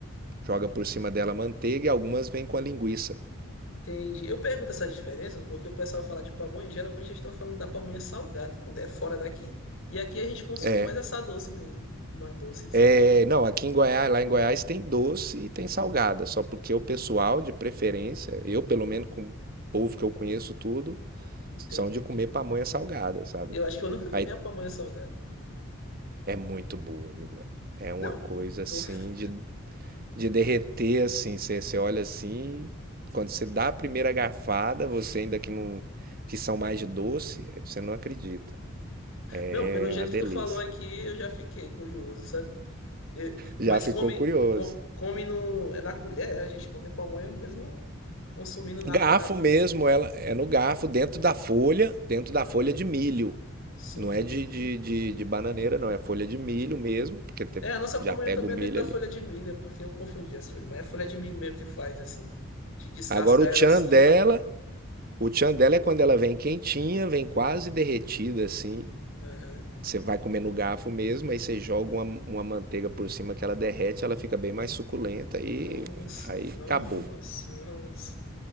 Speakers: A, on the right; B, on the left.
A: joga por cima dela manteiga e algumas vêm com a linguiça.
B: entendi. Eu pergunto essas diferenças porque o pessoal fala de pamonha, e geralmente eles estão falando da pamonha salgada, quando é fora daqui. E aqui a gente consome
A: É,
B: mais essa doce mesmo. Uma doce, assim.
A: é, não, aqui em Goiás, lá em Goiás tem doce e tem salgada, só porque o pessoal de preferência, eu pelo menos com o povo que eu conheço tudo,
B: Entendi.
A: são de comer pamonha salgada, sabe?
B: Eu acho que eu nunca
A: Aí
B: comi a pamonha salgada.
A: é muito boa, viu, velho? É
B: Não,
A: uma coisa assim
B: tô... f-
A: de, de derreter assim. Você, você olha assim, quando você dá a primeira garfada, você ainda que não que são mais de doce, você não acredita.
B: Não,
A: É
B: pelo jeito
A: uma delícia.
B: que tu falou aqui, eu já fiquei curioso, sabe? Eu-
A: Já
B: Mas
A: ficou
B: come,
A: curioso.
B: com- come no... É na colher, é? a gente come a pamonha mesmo consumindo na,
A: Garfo
B: é na folha.
A: mesmo, ela é no garfo dentro da folha, dentro
B: Ah,
A: da folha de milho.
B: sim.
A: Não é de, de, de, de bananeira, não. É folha de milho mesmo, porque te-
B: É, a nossa pamonha
A: já pega
B: também
A: o milho
B: é dentro da
A: ali.
B: folha de milho, é porque eu confundi as folhas. Mas é folha de milho mesmo que faz, assim. A gente descasca
A: Agora o
B: ela
A: tchan
B: assim
A: dela
B: e vai comendo.
A: O tchan dela é quando ela vem quentinha, vem quase derretida assim.
B: Aham.
A: Você vai comer no garfo mesmo, aí você joga uma, uma manteiga por cima que ela derrete, ela fica bem mais suculenta e
B: Nossa,
A: aí
B: nossa,
A: acabou.
B: nossa.